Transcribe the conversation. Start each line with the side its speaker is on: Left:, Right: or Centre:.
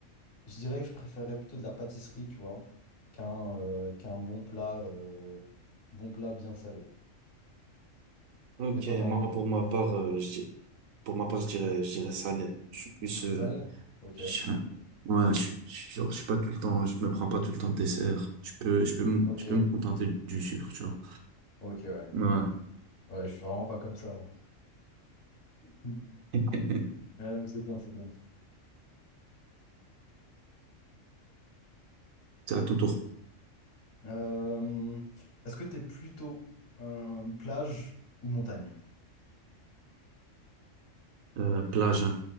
Left: je dirais que je préférerais plutôt de la pâtisserie, tu vois, qu'un euh, qu'un bon plat, euh, bon plat bien salé.
Right: Ok,
Left: Et toi, t'en
Right: moi pour ma part, euh, je, di- pour ma part, je dirais, je dirais salé. Je suis plus...
Left: salé?
Right: euh,
Left: Ok,
Right: je suis un- ouais, je, suis- je suis genre, je suis pas tout le temps... Je me prends pas tout le temps de dessert. Je peux, je peux, me-
Left: ok,
Right: je peux me contenter du sucre, tu vois.
Left: ok, ouais.
Right: Ouais.
Left: Ouais, je suis vraiment pas comme ça. moi. Mhm.
Right: <laughs>
Left: Ouais, mais c'est bien, c'est bien.
Right: C'est à ton tour.
Left: Euh, est-ce que t'es plutôt euh, plage ou montagne?
Right: Euh, plage, hein.